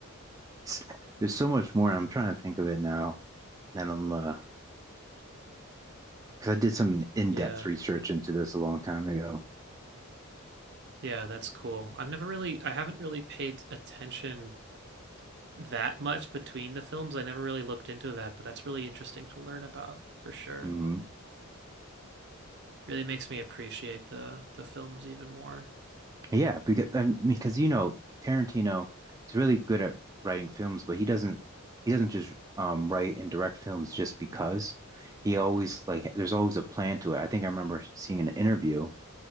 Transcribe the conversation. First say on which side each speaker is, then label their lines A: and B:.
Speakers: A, on the right; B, on the right.
A: It's- There's so much more. I'm trying to think of it now. That I'm uh, because I did some in-depth
B: Yeah.
A: research into this a long time ago.
B: Yeah, that's cool. I've never really, I haven't really paid attention that much between the films. I never really looked into that, but that's really interesting to learn about for sure.
A: hmm
B: Really makes me appreciate the the films even more.
A: Yeah, because I mean, because you know Tarantino, he's really good at writing films, but he doesn't he doesn't just um write and direct films just because. He always like there's always a plan to it. I think I remember seeing an interview